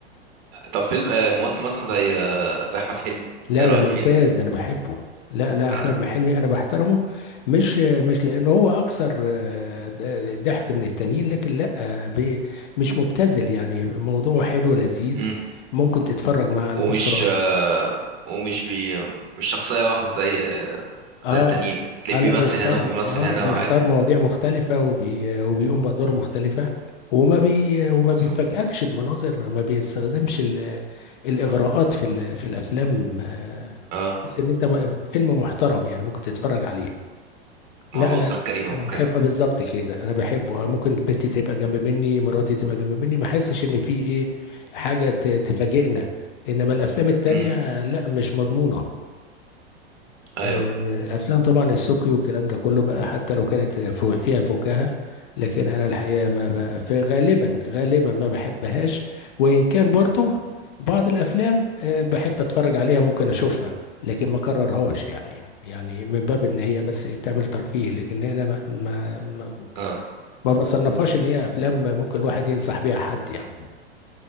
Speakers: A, on the right; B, on the left.
A: طب فيلم آه ممثل مثلا زي آه زي أحمد حلمي
B: لا
A: ايه رأيك
B: ده ممتاز
A: فيه ده؟
B: ده انا بحبه لا لا
A: آه.
B: احمد حلمي انا بحترمه مش مش لانه هو اكثر آه، د- د- ضحك من التانيين لكن لا آه، بي- مش مبتذل يعني موضوع حلو لذيذ
A: امم
B: ممكن تتفرج مع الاسره
A: ومش آه ومش بي مش شخصية واحدة زي
B: اه
A: زي التانيين تلاقيه
B: اه لا
A: بيمثل
B: بيختار
A: هنا وبيمثل
B: اه
A: هنا
B: بيختار
A: وعادي
B: مواضيع مختلفه وبي وبيقوم بادوار
A: مم.
B: مختلفه وما بي وما
A: بالظبط.
B: بيفاجئكش بمناظر ما بيستخدمش ال- الاغراءات في ال- في الافلام آه،
A: اه
B: تحس ان انت م- فيلم محترم يعني ممكن تتفرج عليه لا
A: مع الأسرة
B: انا
A: الكريمة
B: انا
A: وكده
B: بحب آه بالظبط كده انا بحبه آه، ممكن بنتي تبقى جنب مني مراتي تبقى جنب مني ما احسش ان في ايه حاجه ت- تفاجئنا انما الافلام التانية
A: امم
B: لا مش مضمونه
A: ايوه
B: آه، افلام طبعا السبكي والكلام ده كله بقى حتى لو كانت فو- فيها فكاهه لكن انا الحقيقه ما بقى في غالبا غالبا ما بحبهاش وان كان برضو بعض الافلام آه، بحب اتفرج عليها ممكن اشوفها لكن ما كررهاش يعني يعني من باب ان هي بس إيه بتعمل ترفيه لكن انا ما ما ما
A: اه
B: ما بصنفهاش ان هي افلام ممكن الواحد ينصح بيها حد يعني